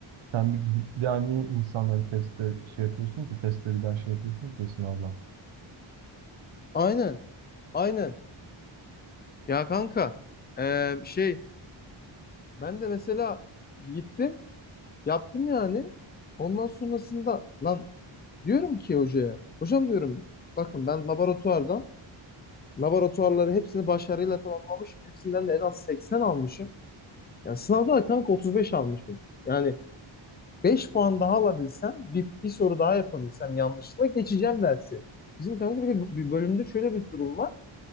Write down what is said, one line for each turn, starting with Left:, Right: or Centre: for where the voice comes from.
Right: Sen bir gidip bir daha niye insanları testte şey yapıyorsun ki? Testte bir daha şey yapıyorsun ki sınavla.
Left: Aynen. Aynen. Ya kanka eee, şey ben de mesela gittim yaptım yani. Ondan sonrasında lan diyorum ki hocaya. Hocam diyorum bakın ben laboratuvardan laboratuvarları hepsini başarıyla tamamlamışım. Hepsinden de en az 80 almışım. Yani sınavda da kanka 35 almışım. Yani Beş puan daha alabilsem, bir, bir soru daha yapabilsem yanlışlıkla geçeceğim dersi. Bizim kanka bir, de bir bölümde şöyle bir durum var.